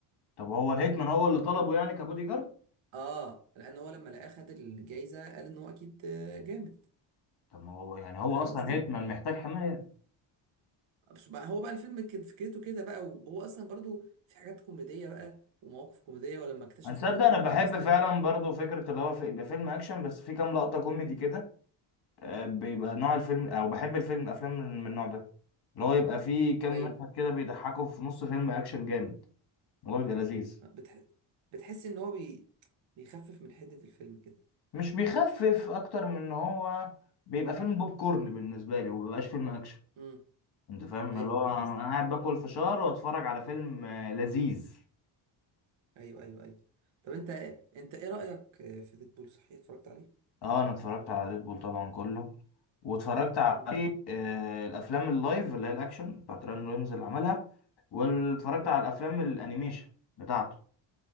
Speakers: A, on the left; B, on the right.
A: طب هو الهيتمان هو اللي طلبه يعني كبودي جارد
B: اه لان هو لما لقاه خد الجايزه قال ان هو اكيد آه، جامد
A: طب ما هو يعني هو
B: فاهم
A: اصلا
B: قصدي
A: هيتمان محتاج حمايه
B: بس بقى- هو بقى الفيلم كان فكرته كده بقى وهو اصلا برضو في حاجات كوميديه بقى ومواقف كوميديه ولما اكتشف
A: هنصدق
B: ان هو هيتمان
A: انا بحب
B: اصلا
A: فعلا برضو فكره اللي هو في- يبقى فيلم اكشن بس في كام لقطه كوميدي كده آه، بيبقى نوع الفيلم او بحب الفيلم الافلام من من النوع ده اللي هو يبقى فيه كام
B: ايوه
A: مشهد كده بيضحكوا في نص فيلم اكشن جامد الموضوع بيبقى لذيذ
B: بتح... بتحس ان هو بي... بيخفف من حده الفيلم كده
A: مش بيخفف اكتر من ان هو بيبقى فيلم بوب كورن بالنسبه لي هو مبيبقاش فيلم اكشن
B: امم
A: انت فاهم
B: ايوه
A: اللي هو
B: فاهم
A: انا
B: قصدي
A: قاعد باكل فشار واتفرج على فيلم آه، لذيذ
B: ايوه ايوه ايوه طب انت انت ايه رأيك في ديدبول صحيح اتفرجت عليه
A: اه انا اتفرجت على ديدبول طبعا كله واتفرجت على
B: امم
A: آه، الافلام اللايف اللي هي الاكشن بتاعت راين رينز اللي عملها واتفرجت
B: امم
A: على الافلام الانيميشن بتاعته